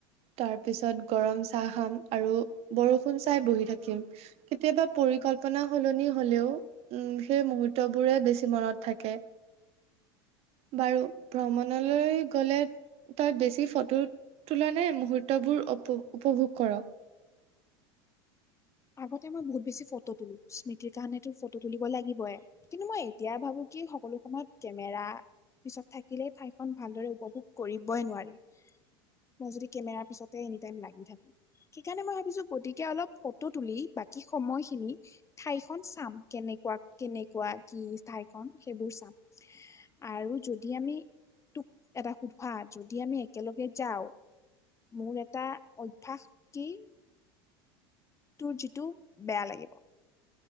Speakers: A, on the right (about 50°); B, on the left (about 20°).
A: তাৰপিছত গৰম চাহ খাম, আৰু বৰষুণ চাই বহি থাকিম। কেতিয়াবা পৰিকল্প পনা সলনি হলেও, উম' সেই মুহূৰ্তবোৰে বেছি মনত থাকে। বাৰু ভ্ৰমণলৈ গ'লে তই বেছি ফটো তুল নে, মুহূৰ্তবোৰ উপ-উপভোগ কৰ?
B: আগতে মই বহুত বেছি ফটো তুলো, স্মৃতিৰ কাৰণেটো ফটো তুলিব লাগিবয়ে। কিন্তু মই এতিয়া ভাবো কি সকলো সময়ত কেমেৰা পিছত থাকিলেই ঠাইখন ভালদৰে উপভোগ কৰিবই নোৱাৰি। মই যদি কেমেৰাৰ পিছতে এনি টাইম লাগি থাকো, সেইকাৰণে মই ভাবিছো গতিকে অলপ ফটো তুলি, বাকী সময়খিনি ঠাইখন চাম, কেনেকুৱা-কেনেকুৱা কি ঠাইখন সেইবোৰ চাম। আৰু যদি আমি তোক এটা সোধোঁ হা, যদি আমি একেলগে যাওঁ। মোৰ এটা অভ্যাস কি তোৰ যিটো বেয়া লাগিব।